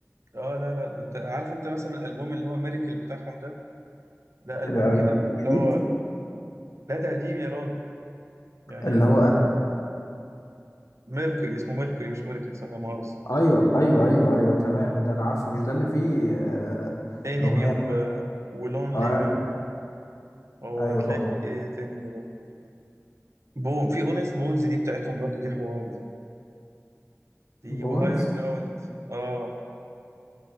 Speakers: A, on the right; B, on the left.
A: اه لا لا ده انت عارف انت مثلا الالبوم اللي هو ميريكل بتاعهم ده ده البوم
B: ده
A: كده عارف
B: جديد
A: اللي هو لا ده قديم يا راجل يعني
B: اللي هو أنا.
A: ميركوري اسمه ميركوري مش ميريكل صح لا مؤاخذة
B: ايوه ايوه ايوه ايوه تمام ده انا عارفه مش ده اللي فيه آه،
A: انمي
B: الاغنية
A: و...
B: بتاعت
A: ولونلي
B: ايوه
A: و... وهتلاقي
B: ايوه طبعا
A: في ايه تاني يا ربي بون في اغنية بونز دي بتاعتهم برضو دي حوار دي دي
B: بونز
A: وهاير جراوند اه